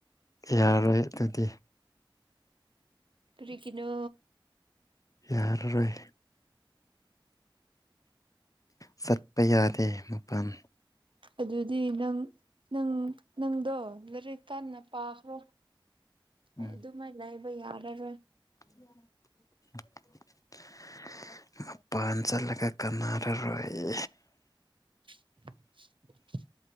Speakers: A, on the left; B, on the right.
A: ꯌꯥꯔꯣꯏ ꯑꯗꯨꯗꯤ
B: ꯀꯔꯤꯒꯤꯅꯣ
A: ꯌꯥꯔꯔꯣꯏ ꯆꯠꯄ ꯌꯥꯗꯦ ꯃꯄꯥꯟ
B: ꯑꯗꯨꯗꯤ ꯅꯪ ꯅꯪ ꯅꯪꯗꯣ ꯂꯥꯏꯔꯤꯛ ꯀꯟꯅ ꯄꯥꯈ꯭ꯔꯣ
A: ꯎꯝ
B: ꯑꯩ ꯑꯗꯨꯃꯥꯏ ꯂꯩꯕ ꯌꯥꯔꯔꯣꯏ
A: <unintelligible> ꯃꯄꯥꯟ ꯆꯠꯂꯒ ꯀꯥꯟꯅꯔꯔꯣꯏ
B: <inaudible>